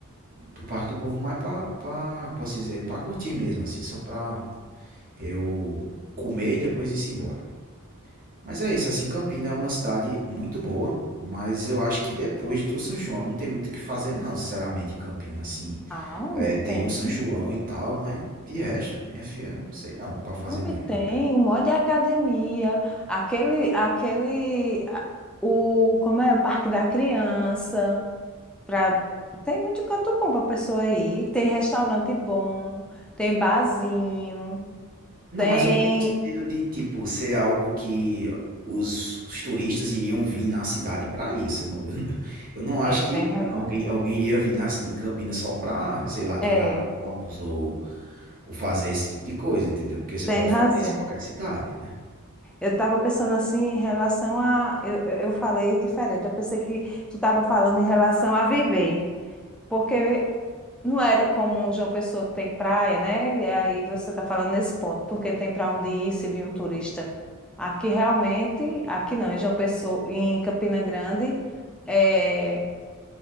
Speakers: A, on the right; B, in the centre.
A: pro Parque do Povo mais pra, pra, posso dizer, pra curtir mesmo, assim, só pra eu comer e depois ir-se embora. Mas é isso, assim, Campina é uma cidade muito boa, mas eu acho que depois do São João não tem muito o que fazer, não, sinceramente, em Campina, assim,
B: Ah, homem,
A: é, tem
B: tem.
A: o São João e tal, mas de resto, minha filha, não sei não o que pra fazer
B: Homem,
A: não em Campina.
B: tem. O monte de academia. Aquele, aquele, a- o, como é? O Parque da Criança. Pra... Tem muito canto bom pra pessoa ir. Tem restaurante bom, tem barzinho,
A: Não,
B: tem.
A: mas eu digo no sentido de, tipo, ser algo que os, os turistas iriam vir na cidade para isso. Eu não, <laughs> eu não acho
B: É,
A: que
B: tem razão.
A: alguém, alguém iria vir na, em Campinas só para, sei lá, treinar
B: É,
A: na Corpus ou, ou fazer esse tipo de coisa, entendeu? Porque você
B: tem
A: pode
B: razão.
A: fazer isso em qualquer cidade, né?
B: Eu estava pensando assim em relação a. Eu, eu eu falei diferente. Eu pensei que tu estava falando em relação a viver. Porque não era como João Pessoa que tem praia, né? E aí você está falando nesse ponto, porque tem para onde ir se vir um turista. Aqui realmente, aqui não, em João Pessoa, em Campina Grande. É,